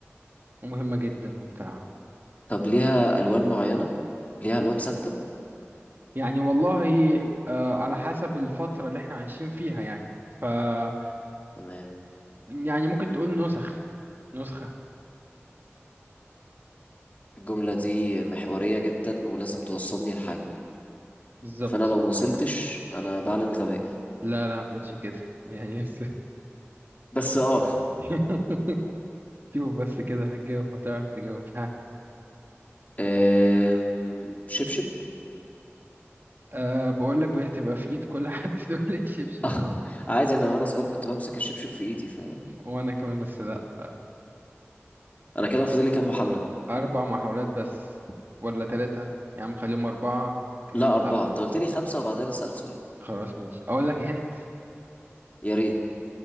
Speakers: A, on the right; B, on the left.
A: ومهمة جدا وبتاع
B: طب ليها ألوان معينة ليها ألوان ثابتة
A: يعني والله آه على حسب الفترة اللي احنا عايشين فيها يعني ف آه،
B: تمام
A: يعني ممكن تقول نسخ نسخة
B: الجملة دي محورية جدا ولازم توصلني لحاجة
A: بالظبط
B: فانا لو مصلتش انا بعلن غبائي
A: لا لا ما تقولش كده يعني بس
B: بس اه
A: <laughs> شوف بس كده هتجاوب هتعرف تجاوب <laughs>
B: آم، شبشب
A: أه بقول لك بتبقى في ايد كل حد <laughs> تقول الشبشب
B: <laughs> عادي انا وانا صغير كنت بمسك الشبشب في ايدي ف
A: <laughs>
B: <laughs>
A: وانا كمان بس لا لا
B: انا كده فاضل لي كام محاولة
A: اربع محاولات بس ولا ثلاثة يا عم خليهم اربعة كهن
B: لا اربعة
A: أه
B: انت قلت لي خمسة وبعدين انا سألت سؤال
A: خلاص ماشي اقول لك هنت
B: يا ريت